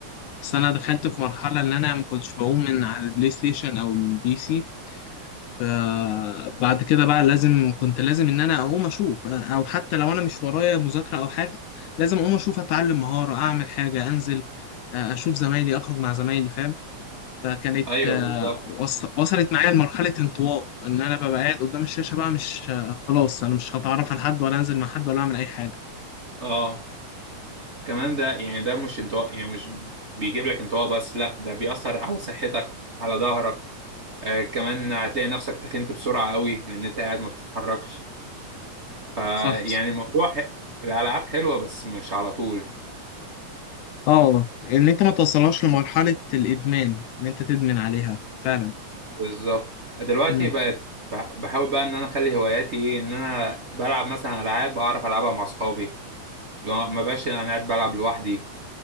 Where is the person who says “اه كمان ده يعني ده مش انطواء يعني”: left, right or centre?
Right